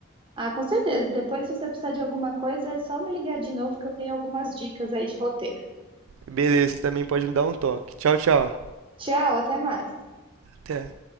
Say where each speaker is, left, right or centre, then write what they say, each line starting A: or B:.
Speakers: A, on the right; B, on the right.
A: Ah, com certeza. Depois, se você precisar de alguma coisa, é só me ligar de novo que eu tenho algumas dicas aí de roteiro.
B: Beleza, você também pode me dar um toque. Tchau, tchau.
A: Tchau, até mais.
B: Até.